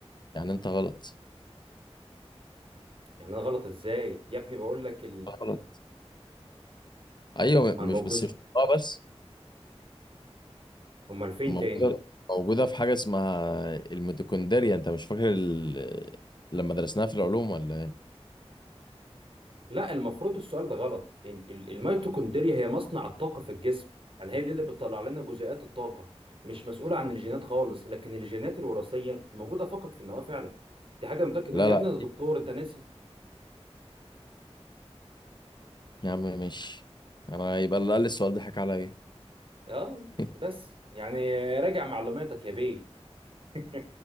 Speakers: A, on the left; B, on the right.
A: يعني انت غلط
B: يعني أنا غلط إزاي يا ابني بقول لك
A: غلط ايوه
B: امال
A: مش
B: موجوده
A: بس مش
B: في-
A: اه بس
B: امال فين
A: موجودة
B: تاني
A: موجودة في حاجة اسمها الميتوكوندريا انت مش فاكر ال... لما درسناها في العلوم ولا ايه
B: لا المفروض السؤال ده غلط ال- ال- الميتوكوندريا هي مصنع الطاقه في الجسم يعني هي دي اللي بتطلع لنا جزيئات الطاقه مش مسؤوله عن الجينات خالص لكن الجينات الوراثيه موجوده فقط في النواه فعلا دي حاجه متاكد منها
A: لا
B: يا
A: لا
B: ابني انا دكتور انت ناسي
A: يا عم ماشي انا يبقى اللي قال لي السؤال ده حكى عليا
B: اه
A: <laughs>
B: بس يعني راجع معلوماتك يا بيه <laughs>